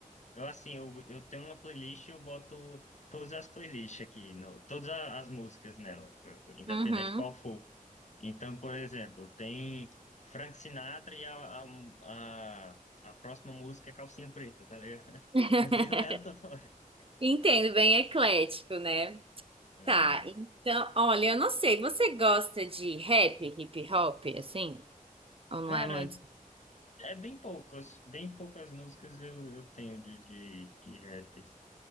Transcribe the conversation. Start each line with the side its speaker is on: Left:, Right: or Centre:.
Left: Eu assim, eu, eu tenho uma playlist e eu boto todas as playlists aqui, no- todas a- as músicas nela, t- independente
Right: Uhum.
Left: qual for. Então, por exemplo, tem Frank Sinatra e a, a, a, a próxima música é Calcinha Preta, tá ligado?
Right: <laughs>
Left: <laughs> É bem aleatório.
Right: Entendo, bem eclético, né?
Left: É,
Right: Tá, então, olha, eu não sei, você gosta de rap, hip hop, assim? Ou não
Left: cara,
Right: é muito?
Left: é bem poucas, bem poucas músicas eu, eu tenho de, de, de rap.